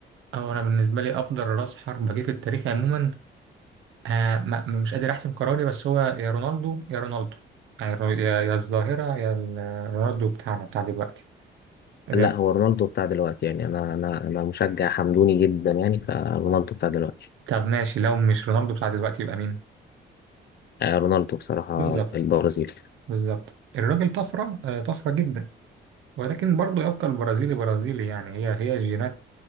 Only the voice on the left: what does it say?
لا هو رونالدو بتاع دلوقتي يعني انا انا انا مشجع حمدوني جدا يعني فرونالدو بتاع دلوقتي
آه، رونالدو بصراحة
البرازيل